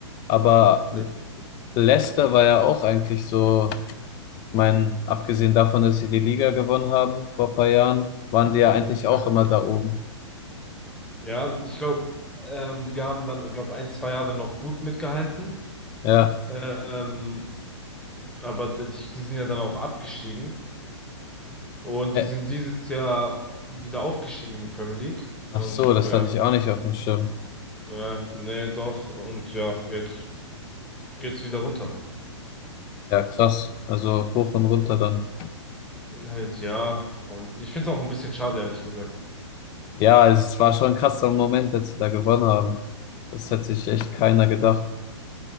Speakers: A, on the left (about 25°); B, in the centre.
A: aber
B: Ja,
A: Leicester war ja auch eigentlich so, ich meine, abgesehen davon, dass sie die Liga gewonnen haben vor ein paar Jahren, waren die ja
B: ja,
A: eigentlich auch immer da oben.
B: Ja, ich glaube, ähm, die haben dann, glaube ein, zwei Jahre noch gut mitgehalten.
A: Ja,
B: Ähm, aber die, die sind ja dann auch abgestiegen. Und
A: Ä-
B: die sind dieses Jahr wieder aufgestiegen in die Premier League. Und
A: ach so,
B: ja,
A: das hatte ich auch nicht auf dem Schirm.
B: äh, nee, doch. Und ja, jetzt geht's wieder runter.
A: Ja, krass, also hoch und runter dann.
B: Äh, ja, und ich find's auch ein bisschen schade, ehrlich gesagt.
A: Ja, es war schon ein krasser Moment, als sie da gewonnen haben. Das hätte sich echt keiner gedacht.